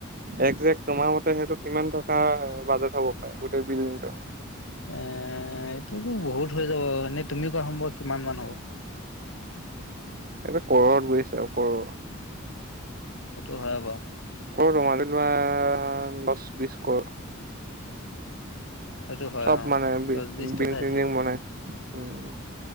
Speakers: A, on the right; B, on the left.
A: একজেক্ট তোমাৰ মতে সেইটো কিমান টকা বাজেট হ'ব পাৰে গোটেই বিল্ডিংটো?
B: এ' এইটোতো বহুত হৈ যাব এনেই তুমি কোৱা চোন কিমান মান হ'ব।
A: এয়া কৰৰত গৈছে আৰু কৰৰ।
B: এইটো হয় বা।
A: কৰ ৰমালি লোৱা দহ বিশ কৰ <inaudible>
B: সেইটো হয়
A: চব
B: অ
A: মানে
B: দহ বিশটো
A: বি
B: খাইছে
A: চং মান উ <inaudible>